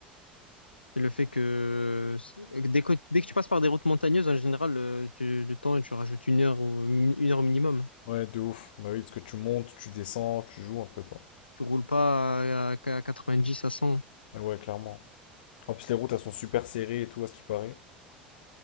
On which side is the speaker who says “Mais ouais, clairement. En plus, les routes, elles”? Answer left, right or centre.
Left